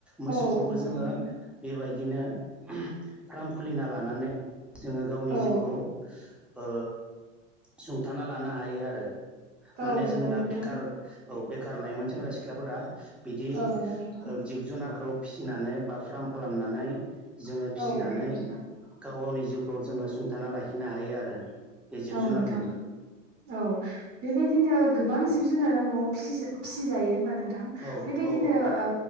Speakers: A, in the centre; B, on the right.
A: मोसौखौबो
B: औ नंगौ
A: जोङो
B: नोंथां
A: बेबायदिनो <unintelligible> फ्राम खुलिना लानानै जोङो गावनि
B: औ
A: जिउखौ ओ सुंथाना लानो हायो आरो। माने
B: औ नंगौ
A: जों दा
B: नोंथां
A: बेकार औ बेखार लाइमोन सेंग्रा सिख्लाफोरा बिदि
B: औ नंगौ नोंथां
A: जिब-जुनारखौ फिसिनानै बा फ्राम खालामनानै जोङो फिसिनानै
B: औ नंगौ नोंथां
A: गाव गावनि जिउखौ जोङो सुंथाना लाखिनो हायो आरो। बे जिब
B: औ
A: जुनारजोंबो
B: नोंथां औ बेबायदिनो गोबां जिब-जुनारा न'आव फिसि फिसिजायो होनबा नोंथां
A: औ
B: बेबायदिनो
A: औ
B: ओ